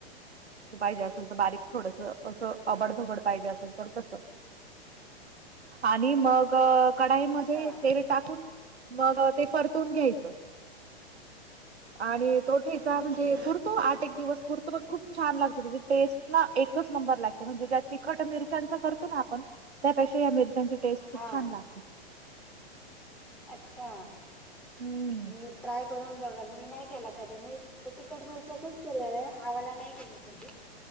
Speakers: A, on the right; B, in the centre.
A: पाहिजे असेल तर बारीक थोडस असं अबडधबड पाहिजे असेल तर कसं आणि मग कढाईमध्ये
B: अच्छा
A: ते टाकून मग ते परतवून घ्यायचं. आणि तो ठेचा
B: हम्म
A: म्हणजे पुरतो आठ एक दिवस पुरतो पण खूप छान लागत त्याची टेस्ट ना एकच नंबर लागते म्हणजे ज्या तिखट मिरच्याचा करतो ना आपण त्यापेक्षा या मिरच्यांची टेस्ट खूप
B: हा
A: छान लागते.
B: अच्छा.
A: हमम.
B: मी ट्राय करून बघाल मी नाही केला कधी मी ते तिखट मिरच्याचाच केलं व्हय. हा वाला नाही केलं कधी.